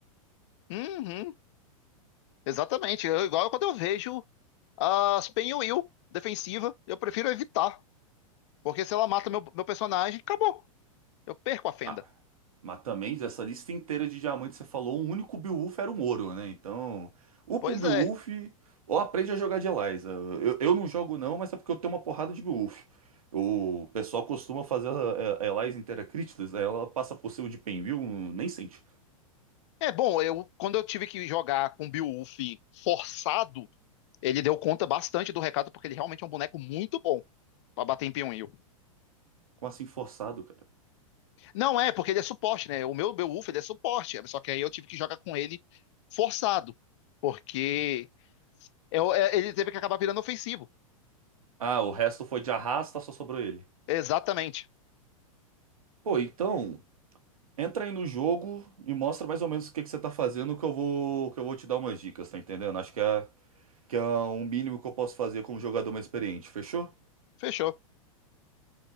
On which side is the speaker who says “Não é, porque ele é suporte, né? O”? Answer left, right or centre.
Left